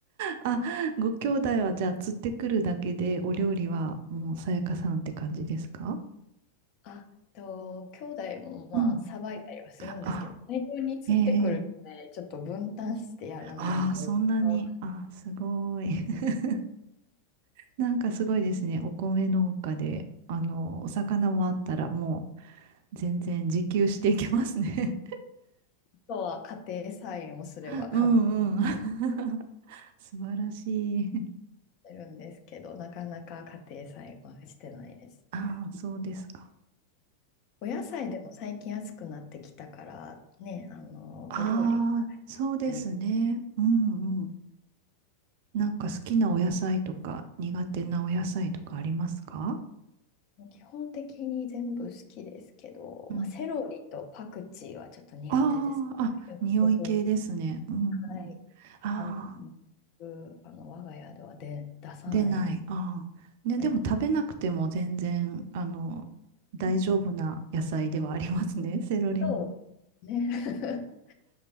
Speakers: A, on the right; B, on the left.
A: <laughs> あ、ご兄弟はじゃあ釣ってくるだけでお料理はもうさやかさんって感じですか
B: あと、兄弟もまあ、
A: うん。
B: さばいたりはするんですけど、
A: あ、
B: 大量に釣ってくるので、
A: ええ。ええ
B: ちょっと分担してやらないと、
A: ああそんなに。
B: あ
A: あ、すごい。<laughs> なんかすごいですね。お米農家で、あの、お魚もあったらもう全然自給していけますね。
B: とは家庭菜園をすれば簡単
A: <laughs> うんうん。<laughs> 素晴らしい。<laughs>
B: になるんですけど、なかなか家庭菜園はしてないですね。
A: ああ、そうですか。
B: お野菜でも最近安くなってきたから、ね、あの、
A: ああ、
B: お料理に
A: そうですね。
B: なり、
A: うんうん。なんか好きなお野菜とか苦手なお野菜とかありますか
B: 基本的に全部好きですけど、
A: うん。
B: まあ、セロリとパクチーはちょっと苦手です。
A: ああ、あ、
B: 独特
A: 匂い系ですね。うん
B: はい。
A: うん。ああ、
B: あの、僕あの我が家ではで出さないです。
A: 出ない。ああ。ね、
B: はい。
A: でも食べなくても全然、あの、大丈夫な野菜ではありますね。
B: うん、
A: セロリも。
B: そうね。